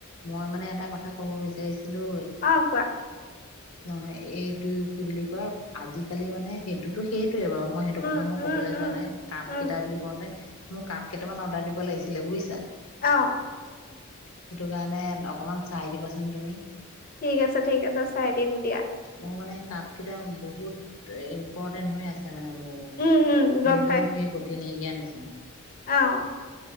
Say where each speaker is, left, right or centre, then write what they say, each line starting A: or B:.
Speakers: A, on the left; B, on the left.
A: মই মানে এটা কথা ক'ব বিচাৰিছো ছিলো
B: অ কোৱা
A: নহয় এইটো কি বুলি কয়, আজিকালি মানে সেইটোতো সেই টোয়ে বাৰু মই সেইটো
B: উম
A: কথা মই
B: উম
A: ক'বলৈ
B: উম
A: যোৱা নাই কাপ
B: উম
A: কেইটা বুলি কওঁতে মোৰ কাপ কেইটামান অৰ্ডাৰ দিব লাগিছিলে বুইছা।
B: অঁ।
A: সেইটো কাৰণে অকমান চাই দিবাচোন তুমি।
B: ঠিক আছে ঠিক আছে চাই দিম দিয়া।
A: মোৰ মানে কাপ কেইটা বহুত ইম্পৰ্টেণ্ট হৈ আছে। আছে মানে মোৰ,
B: উম উম গম
A: নিজৰ সেই গতি নাইকিয়া নিচিনা দি
B: অঁ